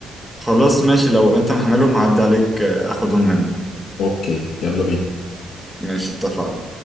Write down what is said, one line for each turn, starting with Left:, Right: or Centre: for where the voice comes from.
Centre: خلاص ماشي لو انت محملهم هعدي عليك آه، اخدهم منك
Left: أوكي يلا بينا
Centre: ماشي اتفقنا